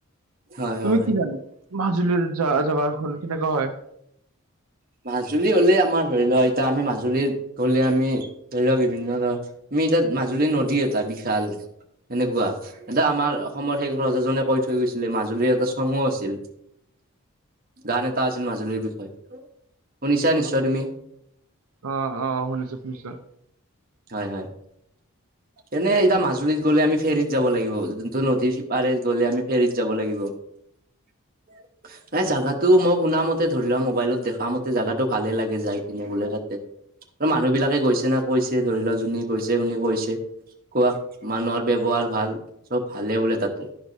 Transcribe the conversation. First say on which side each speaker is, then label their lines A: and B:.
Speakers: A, on the right; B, on the right.
A: হয় হয়
B: তুমি
A: হয়
B: কি জানা মাজুলীৰ জ জেগাখন কেনেকা হয়?
A: মাজুলী হ'লে আমাৰ ধৰি লোৱা এতিয়া আমি মাজুলীত গলে আমি ধৰি লোৱা বিভিন্ন ধৰ আমি তাত মাজুলী নদী এটা বিশাল, এনেকুৱা। এতিয়া আমাৰ অসমৰ সেইষ ৰজাজনে কৈ থৈ গৈছিলে মাজুলীৰ এটা চঙো আছিল। গান এটা আছিল মাজুলীৰ বিষয়ে। শুনিছা নিশ্চয় তুমি?
B: অ', অ', শুনিছোঁ-শুনিছোঁ।
A: হয়-হয়। এনে এতিয়া মাজুলীত গলে আমি ফেৰীত যাব লাগিব, যোনটো নদী সিপাৰত গ'লে আমি ফেৰীত যাব লাগিব। <inaudible> এই জেগাতটো মই শুন মতে ধৰি লোৱা মোবাইলত দেখা মতে জাগাটো ভালে লাগে যাই পিনে বোলে তাতে। আৰু মানুহ বিলাকে গৈছে নে কৈছে ধৰি লোৱা যোনে গৈছে শুনি কৈছে। কোৱা মানুহৰ ব্যৱহাৰ ভাল, চব ভালে বোলে তাতে।